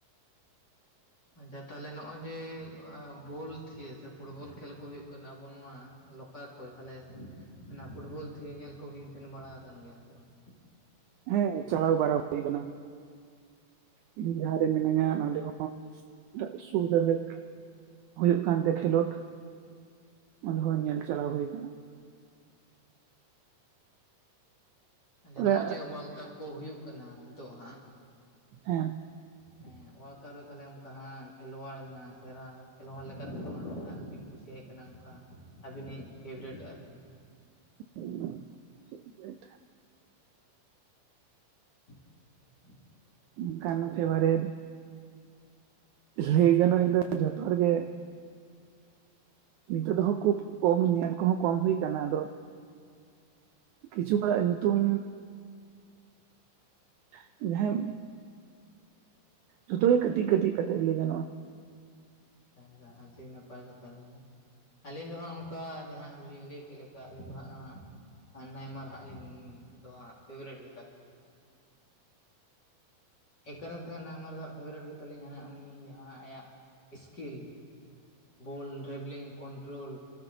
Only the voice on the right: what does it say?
ᱦᱮᱸ ᱪᱟᱞᱟᱣ ᱵᱟᱲᱟ ᱦᱩᱭ ᱟᱠᱟᱱᱟ ᱤᱧ ᱡᱟᱦᱟᱸ ᱨᱮ ᱢᱤᱱᱟᱹᱧᱟ ᱱᱚᱰᱮ ᱦᱚᱸ ᱥᱩᱨ ᱨᱮᱜᱮ ᱦᱩᱭᱩᱜ ᱠᱟᱱᱛᱮ ᱠᱷᱮᱞᱳᱰ ᱚᱸᱰᱮ ᱦᱚᱸ ᱧᱮᱞ ᱪᱟᱞᱟᱣ ᱦᱩᱭ ᱠᱟᱱᱟ ᱾
ᱛᱚᱵᱮ
ᱦᱮᱸ
<inaudible>
ᱚᱱᱠᱟᱱ ᱯᱷᱮᱵᱟᱨᱮᱴ ᱞᱟᱹᱭ ᱜᱟᱱᱚᱜᱼᱟ ᱤᱧ ᱫᱚ ᱡᱚᱛᱚ ᱦᱚᱲ ᱜᱮ, ᱱᱤᱛᱚᱜ ᱫᱚᱦᱚ ᱠᱷᱩᱵ ᱠᱚᱢ ᱤᱧ ᱧᱮᱞ ᱠᱚᱦᱚᱸ ᱠᱚᱢ ᱦᱩᱭ ᱠᱟᱱᱟ ᱟᱫᱚ ᱠᱤᱪᱷᱩ ᱠᱚᱲᱟᱜ ᱧᱩᱛᱩᱢ <unintelligible> ᱡᱷᱚᱛᱚ ᱜᱮ ᱠᱟᱹᱛᱤᱜ ᱠᱟᱹᱛᱤᱜ ᱠᱟᱛᱮ ᱞᱟᱹᱭ ᱜᱟᱱᱚᱜᱼᱟ ᱾